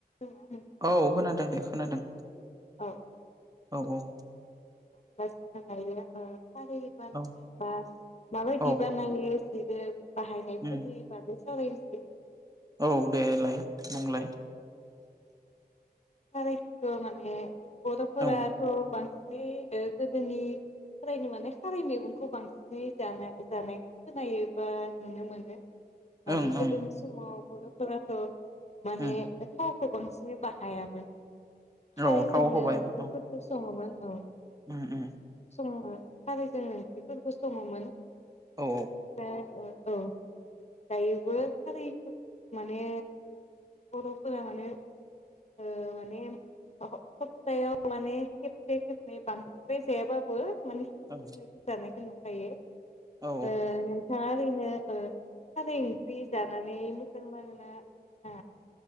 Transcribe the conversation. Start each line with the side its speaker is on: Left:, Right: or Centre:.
Left: ना नोंथाङा?
Right: औ खोनादों दे खोनादों।
Left: औ
Right: औ औ।
Left: <unintelligible> खारै बानायनाय
Right: औ
Left: बा माबायदि
Right: औ
Left: बानायो? बिबो बाहायनायफोरनि
Right: उम
Left: बागै सावराय <unintelligible>
Right: औ दे लाय बुंलाय।
Left: खारै खो माने बर'फोरा
Right: औ
Left: थ' बां बे ओ गोदोनिफ्रायनो माने खारै मैगंखौ बांसिनै जाना जानाय खोनायो बा नुनो मोनो। माने
Right: ओं
Left: गोदोनि
Right: ओं
Left: समाव <unintelligible> माने
Right: उम
Left: थाव। खौ बांसिनै बा हायामोन। खारैजोंनो
Right: औ थाव होबाय
Left: ओंख्रिफोरखौ
Right: औ
Left: सङोमोन। औ।
Right: उम उम।
Left: जोङो खारैजों ओंख्रिफोरखौ सङोमोन।
Right: औ।
Left: दा औ दायोबो <unintelligible> माने बरफोरा माने ओ माने हप्तायाव माने खेबसे खेबनै बांद्राय जायाबाबो। माने
Right: औ
Left: <inaudible> जानायखौ नुखायो
Right: औ
Left: ओ नोंथाङा ओरैनो ओ खारै ओंख्रि जानानै मोजां नांओ ना ना